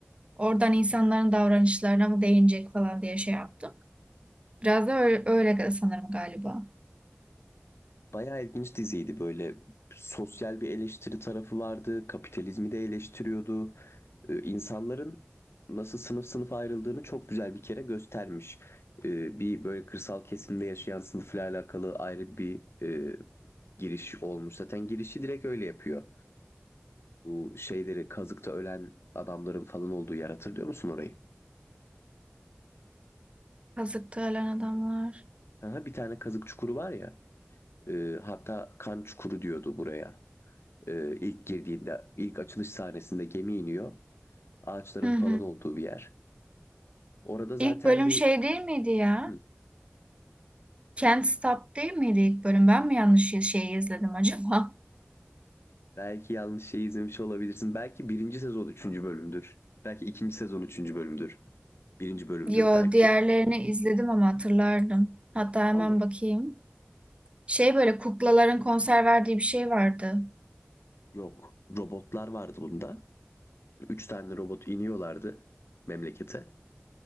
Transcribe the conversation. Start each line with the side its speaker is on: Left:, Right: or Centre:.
Right: Oradan insanların davranışlarına mı değinecek falan diye şey yaptım. Biraz da öyle, öyle sanırım galiba.
Left: Bayağı ilginç diziydi böyle sosyal bir eleştiri tarafı vardı, kapitalizmi de eleştiriyordu. Ee, insanların nasıl sınıf sınıf ayrıldığını çok güzel bir kere göstermiş. Ee, bir böyle kırsal kesimde yaşayan sınıfla alakalı ayrı bir e, giriş olmuş. Zaten girişi direkt öyle yapıyor. Bu şeyleri kazıkta ölen adamların falan olduğu yer hatırlıyor musun orayı?
Right: Kazıktı ölen adamlar.
Left: Aha, bir tane kazık çukuru var ya. e, hatta kan çukuru diyordu buraya. Ee, ilk girdiğinde, ilk açılış sahnesinde gemi iniyor. Ağaçların
Right: Hı hı.
Left: falan olduğu bir yer. Orada zaten
Right: İlk bölüm
Left: bir
Right: şey değil miydi ya?
Left: hı,
Right: Can't Stop değil miydi ilk bölüm? Ben mi yanlış şeyi izledim acaba?
Left: belki yanlış şey izlemiş olabilirsin. Belki birinci sezon üçüncü bölümdür. Belki ikinci sezon üçüncü bölümdür. Birinci
Right: <laughs>
Left: bölümdür
Right: Yo,
Left: belki.
Right: diğerlerini izledim ama hatırlardım. Hatta hemen
Left: Allah
Right: bakayım.
Left: Allah.
Right: Şey böyle kuklaların konser verdiği bir şey vardı.
Left: Yok. Robotlar vardı bunda. Üç tane robot iniyorlardı memlekete.